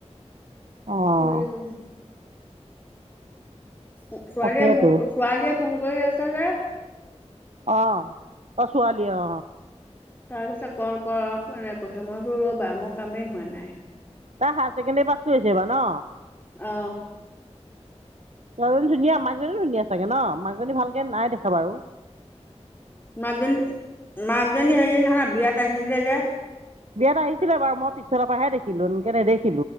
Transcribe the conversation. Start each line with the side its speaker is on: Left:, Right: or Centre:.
Right: অঁ
Left: কৰিলো ছোৱালীয়ে
Right: তাকেইতো
Left: মোৰ ছোৱালীয়ে ফোন কৰি আছে যে
Right: অ অ ছোৱালী অ
Left: তাৰ পিছত কল কৰক এনে কৈছে মই ৰ'বা মোৰ কামেই হোৱা নাই
Right: তাই হায়াৰ ছেকেণ্ডৰী পাছ কৰিছে বা ন
Left: অ
Right: ছোৱালী ধুনীয়া মাকজনী ধুনীয়া চাগে ন মাকজনী ভালকে নাই দেখা বাৰু
Left: মাকজনী মাকজনী সেইজনী হয় বিয়াত আহিছিলে যে
Right: বিয়াত আহিছিলে বাৰু মই পিছৰ পৰাহে দেখিছো এনেকে নেদেখি